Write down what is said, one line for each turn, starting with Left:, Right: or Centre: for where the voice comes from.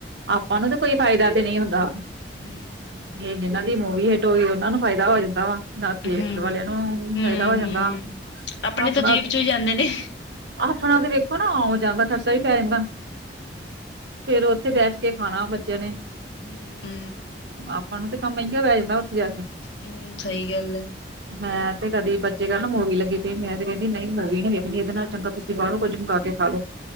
Right: ਆਪਾਂ ਨੂੰ ਕੋਈ ਫਾਇਦਾ ਤੇ ਨਹੀਂ ਹੁੰਦਾ
Left: ਹੂੰਮ
Right: ਇਹ ਜਿਹਨਾਂ ਦੀ ਮੂਵੀ ਹਿੱਟ ਹੋਈ, ਉਹਨਾਂ ਨੂੰ ਫਾਇਦਾ ਹੋ ਜਾਂਦਾ ਵਾ, ਨਾਲ ਥੀਏਟਰ
Left: ਹੂੰ
Right: ਵਾਲਿਆਂ ਨੂੰ
Left: ਹੂੰ
Right: ਫ਼ਾਇਦਾ ਹੋ ਜਾਂਦਾ
Left: ਹੂੰ ਆਪਣੇ
Right: ਆਪਣਾ
Left: ਤੋਂ ਜੇਬ 'ਚੋਂ ਹੀ ਜਾਂਦੇ ਨੇ
Right: ਆਪਣਾ ਤੇ ਵੇਖੋ ਨਾ ਓ ਜਾਦਾ ਖਰਚਾ ਵੀ ਪੈ ਜਾਂਦਾ ਫਿਰ ਉੱਥੇ ਬੈਠ ਕੇ ਖਾਣਾ ਬੱਚਿਆਂ ਨੇ
Left: ਹਮ
Right: ਆਪਾਂ ਨੂੰ ਇੰਨੇ ਕੰਮ ਪੈ ਜਾਂਦਾ ਉੱਥੇ ਜਾ ਕੇ
Left: ਹਮ, ਸਹੀ ਗੱਲ ਹੈ
Right: ਮੈਂ ਤੇ ਕਦੀ ਬੱਚੇ ਕਹਿਣ ਮੂਵੀ ਲੱਗੀ ਤੇ ਮੈਂ ਤੇ ਕਹਿੰਦੀ ਨਹੀਂ ਮੂਵੀ ਨੀ ਵੇਖਣੀ, ਇਹਦੇ ਨਾਲੋਂ ਚੰਗਾ ਤੁਸੀ ਬਾਹਰੋ ਕੁੱਝ ਮੰਗਵਾ ਕੇ ਖਾ ਲਓ